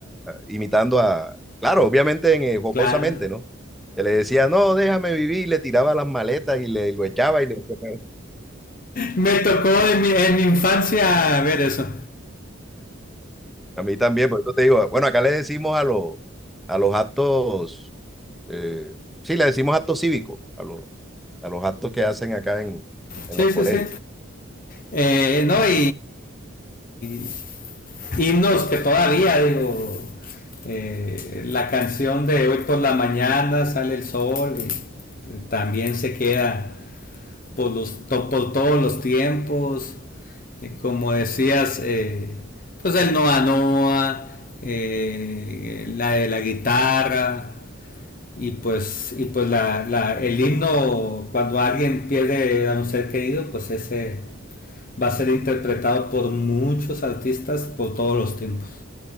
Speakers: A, in the centre; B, on the left.
A: imitando a, claro, obviamente en, eh, jocosamente,
B: claro.
A: ¿no? Que le decía, no, déjame vivir, y le tiraba las maletas y le y lo echaba y le <laughs>
B: Me tocó en mi, en mi infancia ver eso.
A: a mí también, por eso te digo, bueno, acá le decimos a los a los actos, eh, sí, le decimos actos cívicos, a los, a los actos que hacen acá en, en
B: Sí,
A: los colegios.
B: sí, sí. Eh, no, y, y- y himnos que todavía, digo, eh, la canción de hoy por la mañana sale el sol y también se queda por, los, por todos los tiempos, eh, como decías, eh, pues el Noa Noa, eh, la de la guitarra, y pues, y pues la, la- el himno, cuando alguien pierde a un ser querido, pues ese va a ser interpretado por muchos artistas por todos los tiempos.